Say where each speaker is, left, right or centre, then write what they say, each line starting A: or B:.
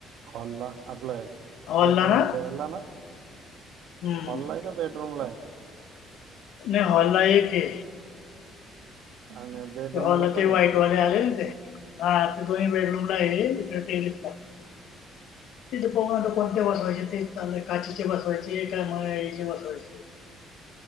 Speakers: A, on the right; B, on the left.
A: हॉलला आपलास
B: हॉलला
A: बेड रूम
B: ना
A: च्या हे ला ना
B: हम्म
A: हॉल आहे का बेड रूमला आहे?
B: नाही हॉल ना एक आहे.
A: आणि बेडरूमला
B: ते हॉलला
A: पण
B: ते व्हाईटवाले
A: आहे वाटत.
B: आले ना ते हा ते दोन्ही बेडरूम ला आहे. इकडे टेरेसला. तिथे बघू आता कोणते बसवायचे ते. चाललय काचीचे बसवायचे त्या मूळ ए सी बसवायचं.